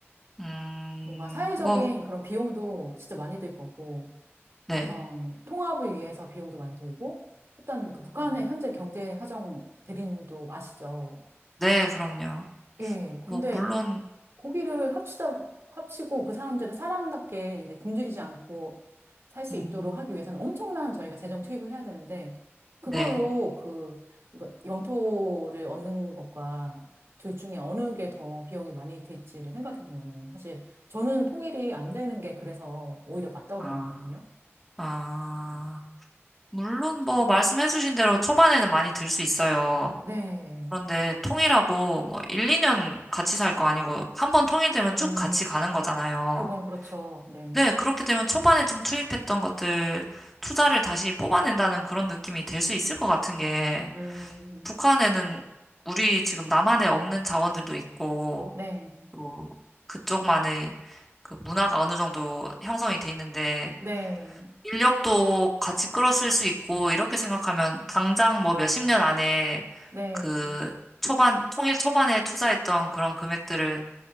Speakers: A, in the centre; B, on the right.
A: 음,
B: 뭔가 사회적인
A: 뭐,
B: 그런 비용도 진짜 많이 들 거고.
A: 네.
B: 어떤 통합을 위해서 비용도 많이 들고, 일단 그 북한의
A: 음,
B: 현재 경제 사정 대립도 아시죠?
A: 네, 그럼요.
B: 예,
A: 뭐,
B: 근데
A: 물론,
B: 고기를 합치다, 합치고 그 사람들을 사람답게 이제 굶주리지 않고 살 수
A: 음,
B: 있도록 하기 위해서는 엄청난 저희가 재정 투입을 해야 되는데, 그걸로
A: 네.
B: 그, 이거 영토를 얻는 것과 둘 중에 어느 게 더 비용이 많이 들지를 생각해 보면은 사실 저는 통일이 안 되는 게 그래서 오히려 맞다고
A: 아.
B: 생각하거든요.
A: 아, 물론 뭐
B: 예.
A: 말씀해주신 대로 초반에는 많이 들 수 있어요.
B: 네.
A: 그런데 통일하고 뭐 1, 2년 같이 살 거 아니고 한 번 통일되면
B: 음,
A: 쭉 같이 가는 거잖아요.
B: 그건 그렇죠. 네.
A: 네, 그렇게 되면 초반에 좀 투입했던 것들 투자를 다시 뽑아낸다는 그런 느낌이 될 수 있을 것 같은 게
B: 음,
A: 북한에는 우리 지금 남한에 없는 자원들도 있고
B: 네.
A: 또 그쪽만의 그 문화가 어느 정도 형성이 돼 있는데
B: 네.
A: 인력도 같이 끌어쓸 수 있고, 이렇게 생각하면 당장 뭐 몇십 년 안에
B: 네.
A: 그 초반, 통일 초반에 투자했던 그런 금액들을